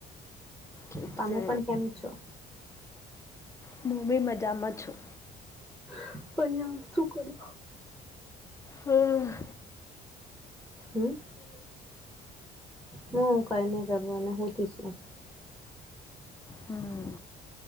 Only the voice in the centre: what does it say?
તમે
પણ કેમ છો?
<unintelligible> શું કરો?
હમ હું કઈ નહીં કરવાના હુંતી શું.